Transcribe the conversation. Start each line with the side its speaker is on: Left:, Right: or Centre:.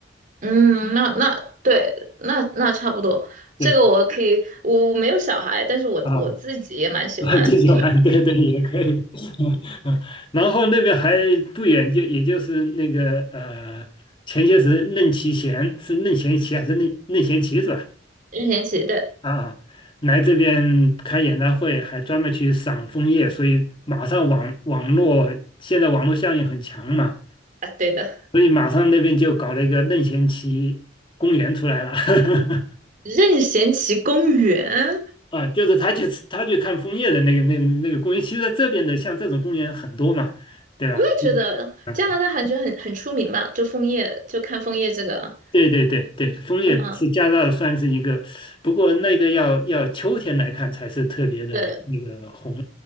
Right: 嗯，那那对，那那差不多。
Left: 对
Right: 这个我可以，我我没有小孩，但是我我自己也蛮喜欢，
Left: 啊，<laughs> 自己玩，
Right: 就是
Left: 对对也可以。<laughs> 然后那边还不远，就也就是那个呃，前些时任其贤是任贤齐还是任任贤齐是吧？
Right: 任贤齐的
Left: 啊，来这边开演唱会，还专门去赏枫叶，所以马上网网络现在网络效应很强嘛，
Right: 啊，对的，
Left: 所以马上那边就搞了一个任贤齐公园出来了。<laughs>
Right: 任贤齐公园，
Left: 啊，就是他去他去看枫叶的那个那那个公园，其实在这边的像这种公园很多嘛，对吧？
Right: 我也觉得加拿大还是很很出名吧，
Left: 嗯啊，
Right: 就枫叶，就看枫叶这个，
Left: 对对对对，枫叶是加拿大算是一个，
Right: 嗯，
Left: 不过那个要要秋天来看才是特别的那个红
Right: 对，